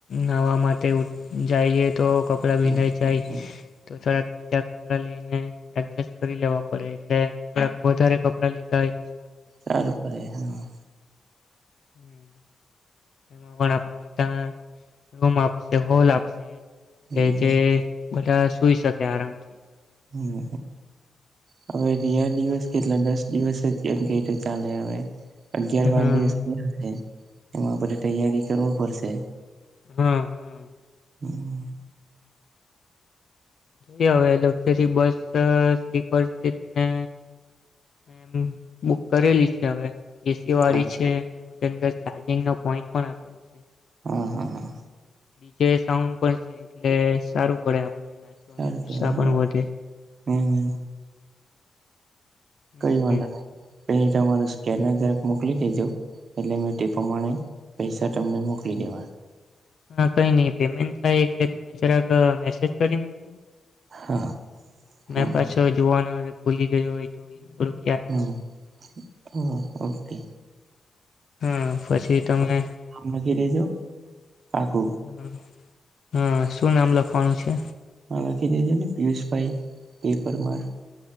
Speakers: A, on the left; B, on the right.
A: નવા માટે જઈએ. તો કપડા
B: હમ
A: ભીનાંઈ જાય
B: હમ
A: છે તો થોડા કપડાં લઈને એડજસ્ટ કરી લેવા પડે એટલે થોક વધારે કપડાં લીધ હોય.
B: સારું પડે હા.
A: <inaudible> એમાં પણ આપને ત્યા રૂમ આપશે હોલ આપશે. કે
B: હમ હમ
A: જે બધ જોઈ શકે આરામથી.
B: હમ હ હવે રિયા દિવસ કેટલા દસ દિવસ જ એમ કેય તો ચાલે હવે. અગિયાર બાર
A: હા
B: દિવસ <inaudible> એમાં આપણે તૈયારી કરવા પડશે.
A: હા, હા.
B: હમ્મ.
A: જો હવે લક્ઝરી બસ સ્લીપર સીટને એમ બુક કરેલી છે હવે. એસી વાળી
B: હા
A: છે. <inaudible> અંદર ચાર્જિંગ નો પોઈન્ટ પણ આપેલો છે.
B: હમ્મ હમ્મ હ.
A: કે સાઉ છે એટલે સારું પડે આપ નાચવાનો
B: સારું
A: ઉત્સાહ
B: કેવાય
A: પણ
B: એમ
A: વધે.
B: હમ હમ
A: હમ
B: કઈ વાંધો નહી. પહિ તમારૂ સ્કેનર જરાક મોકલી દેજો એટલે મેં તે પ્રમાણે પૈસા તમને મોકલી દેવા.
A: હા કઈ નઈ પેમેન્ટ થાય એટલે તમે જરાક મેસેજ કરી મુક
B: હા હમ
A: મે પાછ જોવાના <unintelligible>
B: હમ ઓકે.
A: હમ પછી તમે
B: લખી દેજો પાકું
A: હા. હા શું નામ લખવાનું છે?
B: માલાખી જ પિયુષભાઈ એ પરમાર.